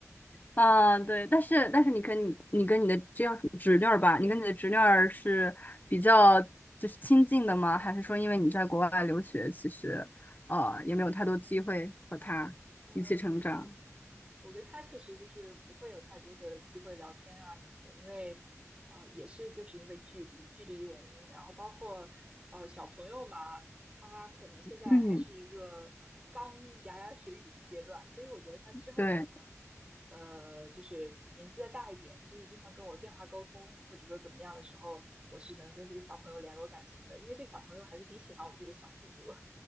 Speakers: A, on the left (about 35°); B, on the right (about 20°).
A: 啊，对，但是但是你跟你你跟你的这样侄女儿吧？你跟你的侄女儿是比较就是亲近的吗？
B: <laughs>
A: 还是说因为你在国外留学，其实呃也没有太多机会和她一起成长？
B: 嗯，呃，我。我跟他确实就是不会有太多的机会聊天啊什么的，因为呃也是就是因为距离距离的原因，然后包括呃小朋友嘛，他可能现在还是一个刚牙牙学语的阶段，
A: 嗯，
B: 所以我觉得他之后可能
A: 对，
B: 呃就是年纪再大一点，可以经常跟我电话沟通，或者说怎么样的时候，我是能跟这个小朋友联络感情的，因为这小朋友还是挺喜欢我这个小姑姑，